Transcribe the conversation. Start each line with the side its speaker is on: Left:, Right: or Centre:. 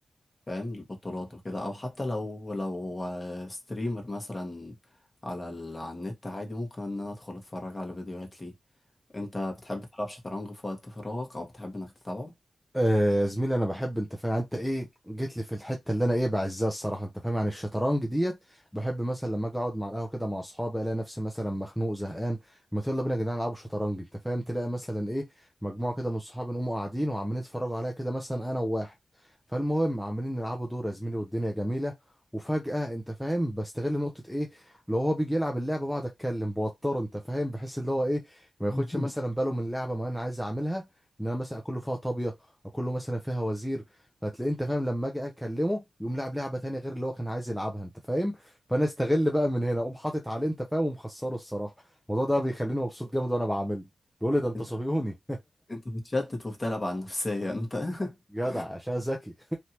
Left: فاهم البطولات وكده أو حتى لو لو ستريمر مثلا على ال... على النت عادي ممكن إن أنا أدخل أتفرج على فيديوهات ليه انت بتحب تلعب شطرنج في وقت فراغك او بتحب انك تتابعه
Centre: آه يا زميلي انا بحب انت فاهم انت ايه جيت لي في الحته اللي انا ايه بعزها الصراحه انت فاهم يعني الشطرنج ديت بحب مثلا لما اجي اقعد مع القهوه كده مع اصحابي الاقي نفسي مثلا مخنوق زهقان ما يلا بينا يا جدعان نلعبوا شطرنج انت فاهم تلاقي مثلا ايه مجموعه كده من صحابي نقوموا قاعدين وعمالين يتفرجوا عليا كده مثلا انا وواحد فالمهم عمالين نلعبوا دور يا زميلي والدنيا جميله وفجأة انت فاهم بستغل نقطة ايه لو هو بيجي يلعب اللعبة بقعد اتكلم بوتره انت فاهم بحس اللي هو ايه ما ياخدش
Left: <laughs>
Centre: مثلا باله من اللعبة ما انا عايز اعملها ان انا مثلا اكله فيها طابية كله مثلا فيها وزير فتلاقيه انت فاهم لما اجي اكلمه يقوم لعب لعبه تانية غير اللي هو كان عايز يلعبها انت فاهم فانا استغل بقى من هنا اقوم حاطط عليه انت فاهم ومخسره الصراحه الموضوع ده بيخليني مبسوط جامد وانا بعمله بيقول لي ده انت
Left: انت
Centre: صهيوني
Left: انت بتشتت وبتلعب على النفسية انت
Centre: <laughs>
Left: <laughs>
Centre: جدع عشان ذكي